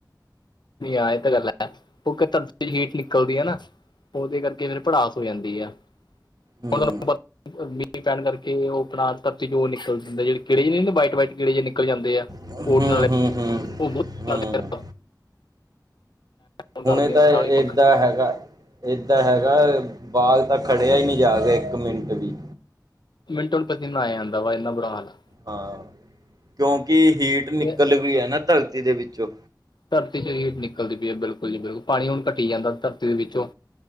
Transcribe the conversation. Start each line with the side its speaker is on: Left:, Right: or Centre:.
Left: ਆ ਇਹ ਤਾਂ ਗੱਲ ਹੈ ਕਿਉਂਕਿ ਧਰਤੀ ਹੀਟ ਨਿਕਲਦੀਆ ਨਾ, ਉਹਦੇ ਕਰਕੇ ਫਿਰ ਭੜਾਸ ਹੋ ਜਾਂਦੀ ਆ। ਹੁਣ
Right: ਹਮ।
Left: ਤੁਹਾਨੂੰ ਮੀਂਹ ਪੈਣ ਕਰਕੇ ਉਹ ਆਪਣਾ ਧਰਤੀ ਚੌ ਨਿਕਲ ਦੇ ਜਿਹੜੇ ਕੀੜੇ ਨੀ ਹੁੰਦੇ ਵਾਈਟ -ਵਾਈਟ ਜੇ। ਗਿੜੇ ਜਿ ਨਿਕਲ ਜਾਂਦੇ ਆ,
Right: ਹੂੰ
Left: ਉਹ ਉਡਣ ਵਾਲੇ
Right: ਹੂੰ ਹੂੰ
Left: <unintelligible>
Right: ਹੂੰ
Left: ਫੋਨ
Right: ਹੁਣੇ
Left: ਕਰਦੇ
Right: ਤਾਂ
Left: ਆ ਨਾਲ ਹੀ ਪੰਖਾ
Right: ਏਦਾਂ ਹੈਗਾ। ਏਦਾਂ ਹੈਗਾ ਬਾਲ ਤਾਂ ਖੜਿਆ ਹੀ ਨਹੀਂ ਜਾ ਰਿਹਾ ਇੱਕ ਮਿੰਟ ਵੀ।
Left: ਮਿੰਟੋ ਨੂੰ ਪਸੀਨਾ ਆ ਜਾਂਦਾ ਵਾ, ਇੰਨਾ ਬੁਰਾ ਹਾਲ ਆ।
Right: ਹਾਂ, ਕਿਉਂਕਿ ਹੀਟ ਨਿਕਲ
Left: ਤੇ
Right: ਰਹੀਆਂ ਆ ਨਾ ਧਰਤੀ ਦੇ ਵਿੱਚੋਂ।
Left: ਧਰਤੀ ਚ ਹੀਟ ਨਿਕਲਦੀ ਪਈ ਆ, ਬਿਲਕੁਲ ਜੀ ਬਿਲਕੁਲ ਪਾਣੀ ਹੁਣ ਘੱਟੀ ਜਾਂਦਾ ਧਰਤੀ ਦੇ ਵਿੱਚੋਂ।